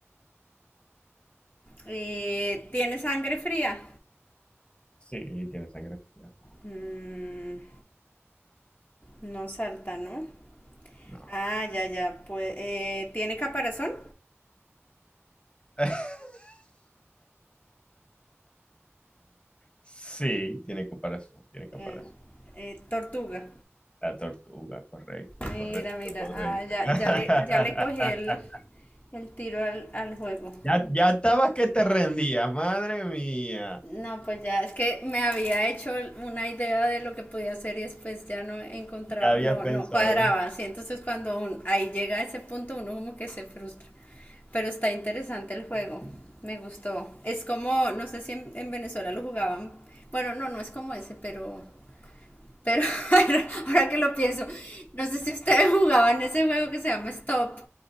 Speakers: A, on the left; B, on the left.
A: eh, ¿tiene sangre fría?
B: Sí, tiene sangre fría.
A: Mm, no salta, ¿no?
B: No.
A: Ah, ya, ya. Pues, eh, ¿tiene caparazón?
B: <laughs> Sí, tiene caparazón, tiene caparazón.
A: Eh, eh, tortuga.
B: La tortuga, correcto,
A: Mira,
B: correcto,
A: mira.
B: correcto.
A: Ah, ya,
B: <laughs>
A: ya le, ya le cogí el, el tiro al, al juego.
B: Ya, ya estabas que te rendías, madre mía.
A: No, pues ya es que me había hecho una idea de lo que podía hacer y después ya no encontraba,
B: ¿Qué habías
A: no,
B: pensado?
A: no cuadraba. Así entonces cuando un- ahí llega a ese punto uno como que se frustra. Pero está interesante el juego, me gustó. Es como, no sé si en, en Venezuela lo jugaban. Bueno, no, no es como ese, pero, pero <laughs> ahora ahora que lo pienso, no sé si ustedes jugaban ese juego que se llama Stop,